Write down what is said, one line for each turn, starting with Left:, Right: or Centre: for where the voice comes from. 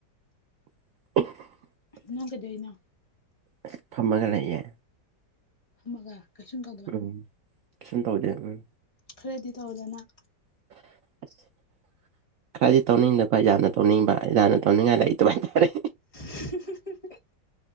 Right: <unintelligible>
Left: ꯅꯪ ꯀꯩꯗꯩꯅꯣ
Right: ꯑꯁ ꯐꯝꯃꯒ ꯂꯩꯌꯦ
Left: ꯐꯝꯃꯒ ꯀꯩꯁꯨꯝ ꯇꯧꯗꯕ
Right: ꯎꯝ ꯀꯩꯁꯨꯝ ꯇꯧꯗꯦ ꯎꯝ
Left: ꯈꯔꯗꯤ ꯇꯧꯗꯅ
Right: <unintelligible> ꯈꯔꯗꯤ ꯇꯧꯅꯤꯡꯗꯕ ꯌꯥꯝ ꯇꯧꯅꯤꯡꯕ ꯌꯥꯝꯅ ꯇꯧꯅꯤꯡꯉꯥꯏ ꯂꯩꯗꯕ ꯇꯥꯔꯦ
Left: <unintelligible>